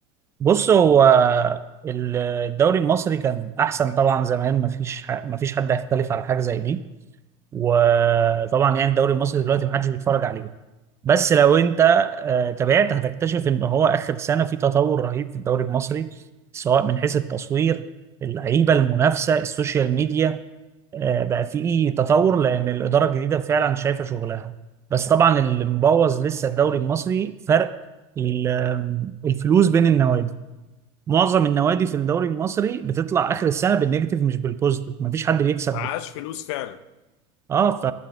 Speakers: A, on the right; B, on the left.
A: بص هو ال- الدوري المصري كان احسن طبعا زمان مفيش ح- مفيش حد هيختلف على حاجه زي دي وطبعا يعني الدوري المصري دلوقتي محدش بيتفرج عليه بس لو انت آه، تابعت هتكتشف ان هو اخر سنه في تطور رهيب في الدوري المصري سواء من حيث التصوير اللعيبه المنافسه السوشيال ميديا آه، بقى في تطور لان الاداره الجديده فعلا شايفه شغلها بس طبعا اللي مبوظ لسه الدوري المصري فرق ال- الفلوس بين النوادي معظم النوادي في الدوري المصري بتطلع اخر السنه بالنيجاتيف مش بالبوزيتيف مفيش حد بيكسب
B: معهاش فلوس فعلا
A: اه ف